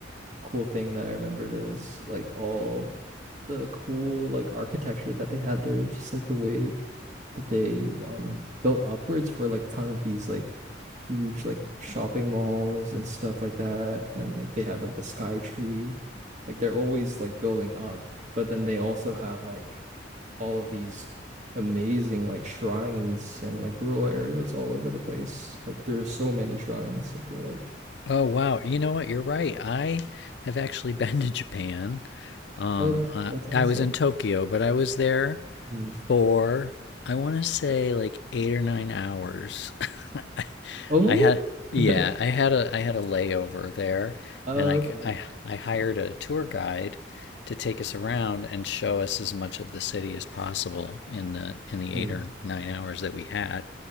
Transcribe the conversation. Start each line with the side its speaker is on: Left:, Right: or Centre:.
Right: cool thing that I remembered is like all the cool like architecture that they had there, just like the way that they um built upwards for like kind of these like huge like shopping malls and stuff like that. And like they have like the Sky Tree. Like they're always like building up, but then they also have like all of these amazing like shrines and like rural areas all over the place. Like there's so many shrines, I feel like.
Left: Oh wow, you know what? You're right. I have actually <laughs> been to Japan. Um,
Right: Oh, that's
Left: I,
Right: that's awesome.
Left: I was in Tokyo, but I was there
Right: Mm.
Left: for I want to say like eight or nine hours. <laughs>
Right: Only?
Left: I had yeah,
Right: <laughs>
Left: I had a I had a layover there,
Right: Oh,
Left: and I
Right: Okay.
Left: g- I I hired
Right: See.
Left: a tour guide to take us around and show us as much of the city as possible in the in the eight
Right: Mm.
Left: or nine hours that we had.